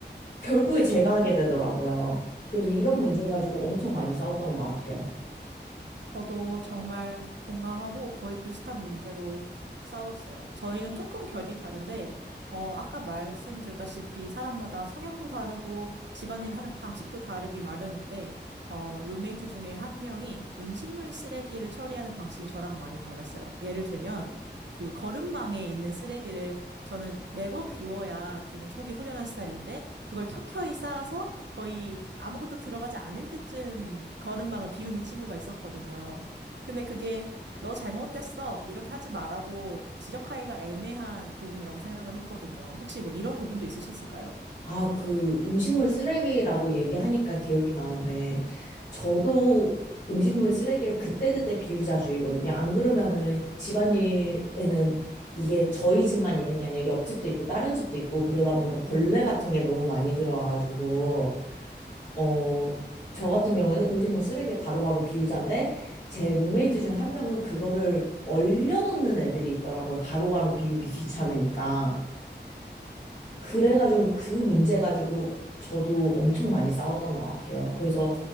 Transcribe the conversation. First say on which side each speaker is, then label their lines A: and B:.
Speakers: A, on the left (about 45°); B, on the right (about 75°).
A: 결국에 제가 하게 되더라고요. 그래서 이런 문제 가지고 엄청 많이 싸웠던 것 같아요.
B: 저도 정말 공감하고 거의 비슷한 문제로 싸웠어요. 저희는 조금 결이 다른데, 어, 아까 말씀드렸다시피 사람마다 성향도 다르고 집안일 하는 방식도 다르기 마련인데, 어, 룸메이트 중에 한 명이 음식물 쓰레기를 처리하는 방식이 저랑은 많이 달랐어요. 예를 들면, 그 거름망에 있는 쓰레기를 저는 매번 비워야 조금 속이 후련한 스타일인데, 그걸 켜켜이 쌓아서 거의 아무것도 들어가지 않을 때쯤 걸음망을 비우는 친구가 있었거든요. 근데 그게 너 잘못됐어. 이렇게 하지 마라고 지적하기가 애매한 부분이라고 생각을 했거든요. 혹시 뭐 이런 부분도 있으셨을까요?
A: 아, 그 음식물 쓰레기라고 얘기하니까 기억이 나는데 저도 음식물 쓰레기를 그때그때 비우자주의거든요. 안 그러면은 집안일에는 이게 저희 집만 있는 게 아니라 옆집도 있고 다른 집도 있고 그러다 보니까 벌레 같은 게 너무 많이 들어와가지고 어, 저 같은 경우에는 음식물 쓰레기 바로바로 비우자인데 제 룸메이트 중 한 명은 그거를 얼려놓는 애들이 있더라고요. 바로바로 비우기 귀찮으니까. 그래가지고 그 문제 가지고 저도 엄청 많이 싸웠던 것 같아요. 그래서